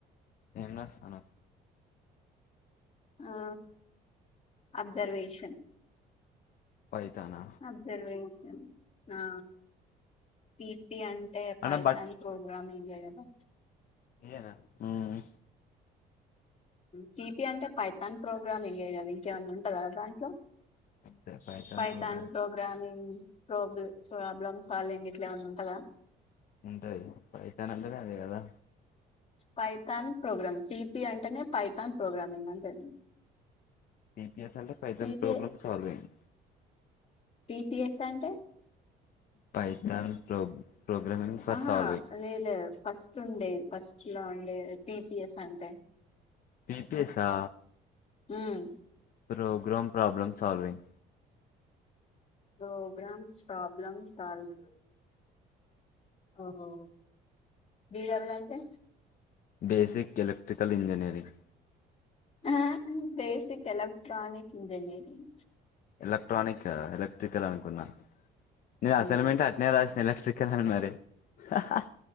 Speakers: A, on the left; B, on the left.
A: ఏం రాస్తానావు
B: ఆ అబ్జర్వేషన్
A: పైతానా
B: అబ్జర్వెన్ ఆ పి పి అంటే
A: అన్న
B: పైతాని ప్రోగ్రామింగ్ ఏ కదా
A: పి ఏ నా ఉమ్
B: పీ పీ అంటే పైతాన్ ప్రోగ్రామింగే గదా ఇంకేమన్న ఉంటదా దాంట్లో
A: అంతే
B: Python
A: program
B: programming problem problem solve గిట్ల ఏవన్న ఉంటదా
A: ఉంటది పైతాన్ అంటేనే అట్లా గదా
B: పైథాన్ ప్రోగ్రామ్ టీపి అంటేనే పైథాన్ ప్రోగ్రామింగ్ అంతేనా
A: పిపిఎస్ అంటే Python
B: PP
A: program solving
B: PPS అంటే
A: పైథాన్ ప్రో ప్రోగ్రామింగ్ ఫర్
B: ఆహా
A: సాల్ వింగ్
B: లేదు లేదు ఫస్ట్ ఉండే ఫస్ట్ లో ఉండే పిపిఎస్ అంటే
A: బిపిఏసా
B: హ్మ్
A: program problem solving
B: program problem solve ఓహో బి డబల్ అంటే
A: బేసిక్ ఎలెక్ట్రికల్ ఇంజనీయరింగ్
B: ఆ basic electronic engineering
A: electronic electrical అనుకున్నాను నేను అసలమెంట్
B: నా
A: అట్నే రాసిన ఎ ఎలక్ట్రీకలే మరీ హా హా